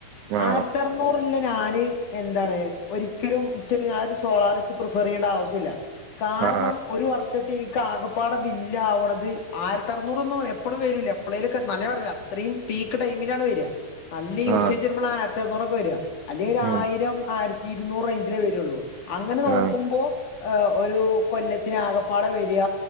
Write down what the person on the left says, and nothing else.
ആയിരത്തിഅറ <unintelligible> ഞാന് എന്താണ് ഒരിക്കലും ഇച്ചൊര് ആ ഒര് സോളാർ പ്രിഫർ ചെയ്യേണ്ട ആവശ്യല്ല, കാരണം
ഒരു വർഷ എനിക്ക് ആകപ്പാടെ ബില്ല് ആവണത് ആയിരത്തി അറുന്നൂറൊന്നും എപ്പോളും വരൂല്ല, എപ്പളേലുമൊക്കെ ന്നാലെ ഇത്രയും പീക്ക് ടൈമിലാണ് വരിക നല്ല യൂസേജ്
വരുമ്പോ ആയിരത്തി അറുന്നൂറൊക്കെ വരിക അല്ലെ ഒരു
ആയിരം ആയിരത്തി ഇരുന്നൂറ് റേഞ്ചിലേ വരുള്ളൂ അങ്ങനെ നോക്കുമ്പോ
ആ, ഒരു കൊല്ലത്തിന് ആകപ്പാട വരിക